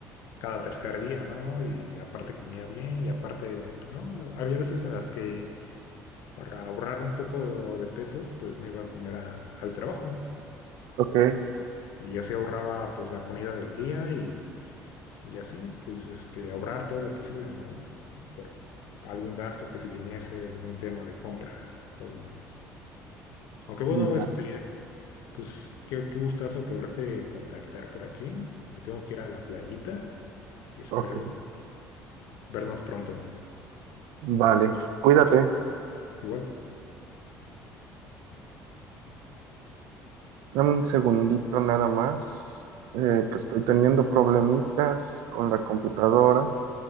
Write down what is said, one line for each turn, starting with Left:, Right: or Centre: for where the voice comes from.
Left: cada tercer día, ¿no? Y aparte comía bien y aparte, pues, no, había veces en las que para ahorrar un poco de pesos, pues me iba a comer al, al trabajo.
Right: ok,
Left: Y así ahorraba pues la comida del día y y así, pues este, ahorrar todo lo posible, ¿no? Por algún gasto que si viniese, algún tema de compras, todo lo demás. Aunque bueno,
Right: ya,
Left: este, pues qué, qué gustazo poderte contactar por aquí. Me tengo que ir a la playita y espero
Right: ok,
Left: vernos pronto.
Right: vale. Cuídate,
Left: Igual,
Right: dame un segundito nada más, eh, que estoy teniendo problemitas con la computadora.